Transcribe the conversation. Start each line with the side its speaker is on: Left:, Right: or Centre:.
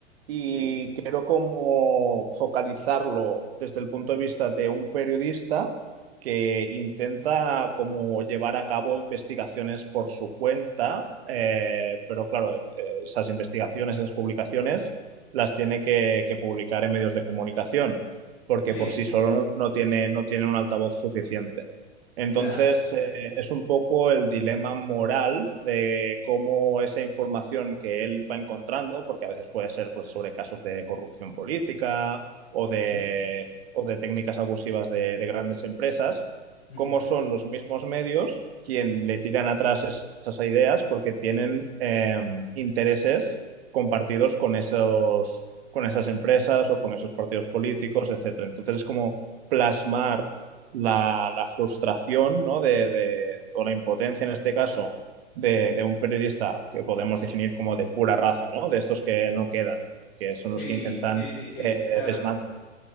Right: y
Left: Sí,
Right: quiero como focalizarlo desde el punto de vista de un periodista que intenta como llevar a cabo investigaciones por su cuenta, eh, pero claro, eh, esas investigaciones, esas publicaciones las tiene que, que publicar en medios de comunicación, porque
Left: sí,
Right: por sí solo no tiene, no tiene un altavoz suficiente. Entonces,
Left: claro.
Right: eh, es un poco el dilema moral de cómo esa información que él va encontrando, porque a veces puede ser pues, sobre casos de corrupción política o
Left: Ujú,
Right: de, o de técnicas abusivas de, de grandes empresas,
Left: ujú.
Right: cómo son los mismos medios quien le tiran atrás es- esas ideas porque tienen eh, intereses compartidos con esos, con esas empresas o con esos partidos políticos, etcétera. Entonces es como plasmar la, la frustración, ¿no? de, de- o la impotencia en este caso de, de un periodista que podemos definir como de pura raza, ¿no? De estos que no quedan, que son
Left: Sí,
Right: los que intentan
Left: sí, sí, sí,
Right: eh,
Left: claro.
Right: desman-